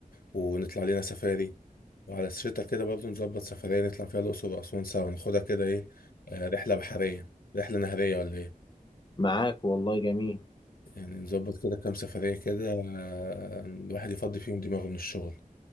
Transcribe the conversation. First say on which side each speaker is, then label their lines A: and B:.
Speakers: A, on the left; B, on the left.
A: ونطلع لينا سفاري وعلى الشتا كده برضه نظبط سفرية نطلع فيها الأقصر وأسوان سوا ناخدها كده إيه آه، رحلة بحرية رحلة نهرية ولا إيه
B: معاك والله جميل
A: يعني نظبط كده كام سفرية كده آه، الواحد يفضي فيهم دماغه من الشغل